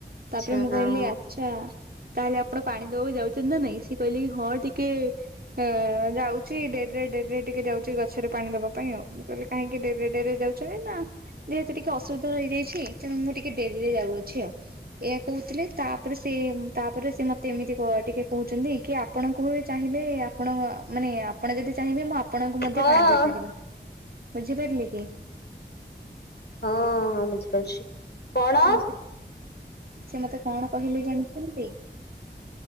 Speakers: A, on the left; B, on the right.
A: ଆଚ୍ଛା
B: ତାପରେ ମୁଁ
A: ହଁ।
B: କହିଲି ଆଚ୍ଛା ତାହେଲେ ଆପଣ ପାଣି ଦବାକୁ ଯାଉଛନ୍ତି ନା ନାଇଁ? ସିଏ କହିଲେ କି ହଁ ଟିକେ ହଁ ଯାଉଛି ଡେରିରେ ଡେରିରେ ଟିକେ ଯାଉଛି ଗଛରେ ପାଣି ଦବା ପାଇଁ ମୁ କହିଲି କାହିଁକି ଡେରିରେ ଡେରିରେ ଯାଉଛନ୍ତି ନା? ଯେହେତୁ ଟିକେ ଅସୁବିଧା ରହିଯାଇଛି ତେଣୁ ମୁଁ ଟିକେ ଡେରିରେ ଯାଉଅଛି ଆଉ ଏହା କହୁଥିଲେ ତା ପରେ ସେ ତାପରେ ସେ ମୋତେ ଏମିତି କ ଟିକେ କହୁଛନ୍ତି କି ଆପଣଙ୍କୁ ବି ଚାହିଁଲେ ଆପଣ ମାନେ ଆ ଆପଣ ଯଦି ଚାହିଁବେ ମୁଁ ଆପଣଙ୍କୁ ମଧ୍ୟ
A: ହଁ
B: ପାଣି ଦେଇପାରିବି ବୁଝିପାରିଲେ କି?
A: ହଁ ହଁ ବୁଝିପାରୁଛି କଣ?
B: ସେ ମତେ ସେ ମତେ କଣ କହିଲେ ଜାଣିଛନ୍ତି?